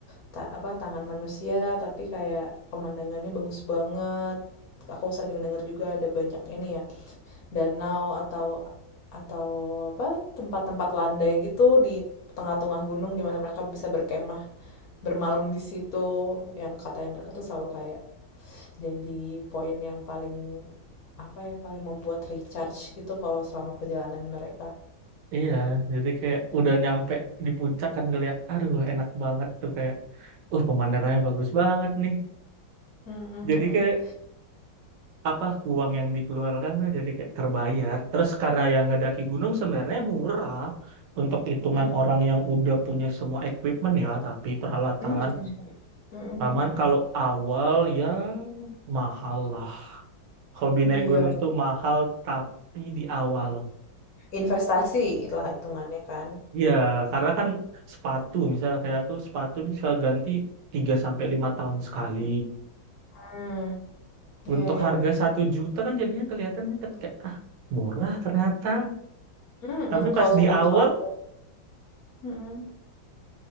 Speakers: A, on the left (about 60°); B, on the right (about 65°).
A: ta- apa tangan manusia, tapi kayak pemandangannya bagus banget. Aku sering dengar juga ada banyak ini ya, danau atau atau apa tempat-tempat landai gitu di tengah-tengah gunung di mana mereka bisa berkemah, bermalam di situ yang kata yang mereka tuh selalu kayak jadi poin yang paling apa ya paling membuat recharge gitu kalau selama perjalanan mereka.
B: Iya, jadi kayak udah nyampe di puncak kan ngeliat, aduh enak banget tuh kayak, uh pemandangannya bagus banget nih.
A: Mhm
B: Jadi
A: mhm.
B: kayak apa uang yang dikeluarkan tuh jadi kayak terbayar. Terus karena yang ngedaki gunung sebenarnya murah untuk hitungan
A: Mhm.
B: orang yang udah punya semua equipment ya, tapi peralatan.
A: Mhm mhm mhm
B: Taman
A: mhm.
B: kalau awal ya mahal lah. Hobi
A: Iya,
B: naik gunung tuh mahal tapi di awal.
A: investasi itulah hitungannya kan.
B: Iya, karena kan sepatu misalnya kayak aku sepatu bisa ganti 3 sampai 5 tahun sekali.
A: Mmm, iya
B: Untuk
A: iya
B: harga
A: iya.
B: satu juta kan jadinya kelihatannya kan kayak ah murah ternyata.
A: Mhm,
B: Tapi
A: kalau
B: pas
A: sering
B: di
A: dipakai.
B: awal
A: Mhm.